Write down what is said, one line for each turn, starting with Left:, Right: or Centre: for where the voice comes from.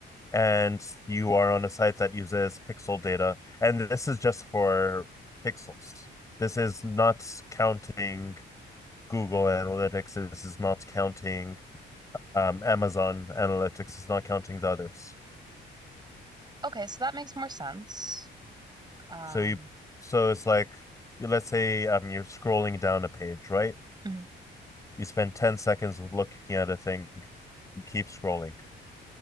Left: and you are on a site that uses pixel data, and this is just for pixels. This is not counting Google Analytics is, is not counting um, Amazon Analytics is not counting the others.
Right: Okay, so that makes more sense. Um,
Left: So you so it's like let's say um, you're scrolling down a page, right?
Right: mhm,
Left: You spend 10 seconds looking at a thing, you keep scrolling.